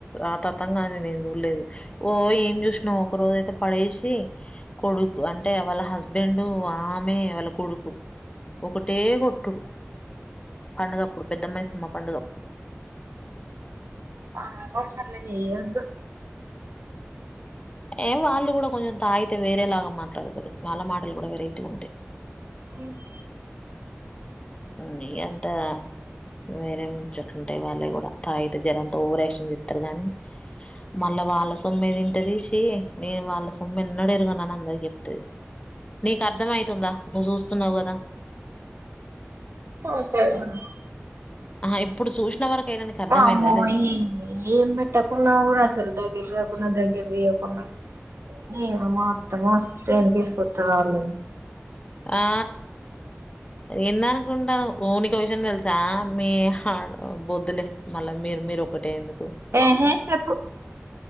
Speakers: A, on the left; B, on the right.
A: ఆ తతంగా కాని నేను చూడలేదు ఓ ఏం చూసినావు ఒక రోజు ఐయితే పడేసి కొడుకు అంటే వాళ్ళ హస్బెండ్ ఆమె వాళ్ళ కొడుకు ఒకటే కొట్టుడు పండుగప్పుడు పెద్ద మైసమ్మ పండుగప్పుడు
B: ఆ గట్ల చేయద్దు
A: ఏ వాళ్ళు కూడా కొంచెం తాగితే వేరే లాగా మాట్లాడతారు వాళ్ళ మాటలు కూడా వెరైట్గా ఉంటాయి
B: ఓ హు
A: నీ అంత నా వేరే ముంచోట్లుంటాయి వాళ్ళే కూడా తాగితే జరంతా ఓవరాక్షన్ చేస్తారు చెస్తారు గానీ మళ్ళా వాళ్ళ సొమ్మెదిింట తీసి నేను వాళ్ళ సొమ్మె ఎన్న ఎరుగన్నాను అందరు చెప్తది నీకు అర్ధమవుతుందా నువ్వు చూస్తున్నావ్ కదా
B: <unintelligible>
A: ఆ ఇప్పుడు చూసిన వరకు అయినా నీకు అర్థమయిందా
B: మామ్మోయ
A: లేదా
B: ఏం పెట్టకున్నా కూడా అసలు దా గకున్న దగ్గ దకున్నా ఏ మత్త మస్తే తీసుకొస్త వాళ్ళ
A: ఆ ఎంద అనుకుంటాను ఓ నీకు విషయం తెలుసా మీ బొద్దులే మళ్ళా మీరు మీరు ఒకటే ఎందుకు
B: ఆహే చెప్పు